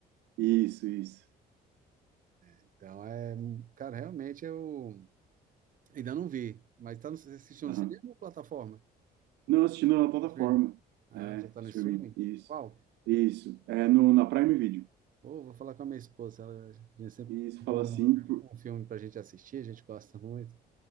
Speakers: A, on the right (about 80°); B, on the right (about 50°).
A: Isso, isso.
B: Então, é, cara, realmente eu ainda não vi, mas tá no, você assistiu
A: Aham.
B: no cinema ou plataforma?
A: Não, assistindo na plataforma,
B: Streaming. Ah,
A: é,
B: já tá no
A: streaming,
B: streaming?
A: isso.
B: Qual?
A: Isso, é no, na Prime Video.
B: Ô, vou falar com a minha esposa, ela, a gente sempre
A: Isso,
B: procura
A: fala assim,
B: um, um filme pra gente assistir, a gente gosta muito